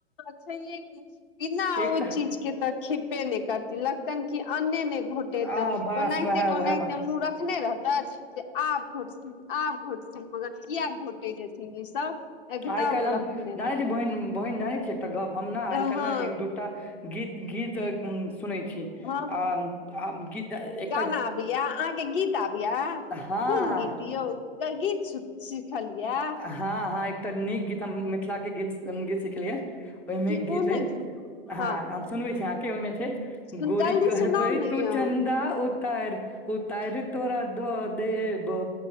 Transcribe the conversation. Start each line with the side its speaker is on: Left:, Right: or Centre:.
Left: छैेये कि, बिना ओ
Centre: एक तऽ
Left: चीज के त खेबे नहि करती ल लगतैन कि अन्ने नहि घोटेतनि,
Centre: आ बस
Left: ओनाहिते
Centre: वएह
Left: के ओनाहिते
Centre: वएह बात
Left: मुह मे रखने रहतैथ जे आब घोटथिन आब घोटथिन मगर किया घोटे जेथिन ई सब। एकदम
Centre: आइ काल्हि हम
Left: रखने
Centre: जानै
Left: रहत
Centre: छियै बहिन, बहिन जानै छियै एकटा गप हम ने आइ
Left: हँ
Centre: काल्हि
Left: हँ
Centre: ने एक दू त एकटा गी गीत सुनै छियै
Left: हँ हँ
Centre: आ आ गीत ए
Left: गाना आबै या अहाँ के गीत आबै या
Centre: हँ
Left: कोन गीत यौ गीत सुन सिखल या।
Centre: ह ह एकटा नीक गीत हम मिथिला के गीत- गीत सिखलियैये ओय
Left: की
Centre: मे
Left: कोन
Centre: गीत ऐछ
Left: हँ
Centre: हम सुनवेै छी अहाँ के ओय मे छै
Left: सुन
Centre: गोरी
Left: जल्दी
Centre: कहेबै
Left: सुनाउ ने
Centre: तू
Left: यौ
Centre: चंन्दा उता तैर उतैर तोरा द देबो